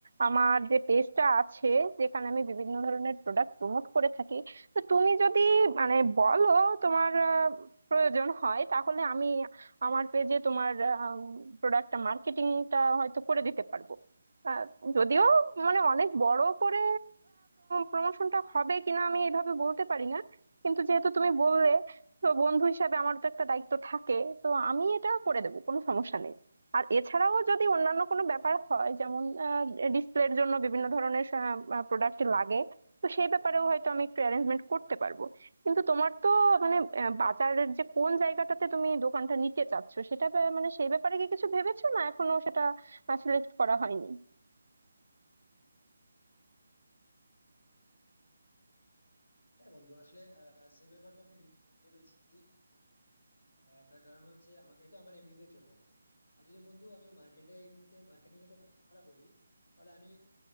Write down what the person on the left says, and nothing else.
হ্যাঁ বন্ধু আসলে আহ সে ব্যাপার তো আমি ভেবেছি আহ, তার কারণ হচ্ছে আমাকে তো আমার এমনিতে চলবে না আর যদি বন্ধু আমি মার্কেটিং মার্কেটিং এর কথা বলি তাহলে আমি